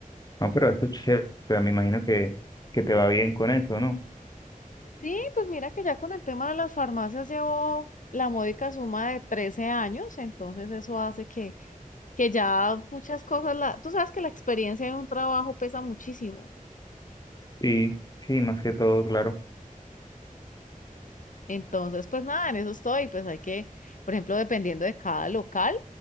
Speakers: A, on the left (about 25°); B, on the left (about 65°).
A: No, pero eso es chévere. O sea, Me imagino que, que te va bien con eso, ¿no?
B: Sí, pues mira que ya con el tema de las farmacias llevo la módica suma de 13 años, entonces eso hace que, que ya muchas cosas, la, tú sabes que la experiencia en un trabajo pesa muchísimo,
A: Sí, sí, más que todo, claro.
B: entonces pues nada, en eso estoy, pues hay que, por ejemplo, dependiendo de cada local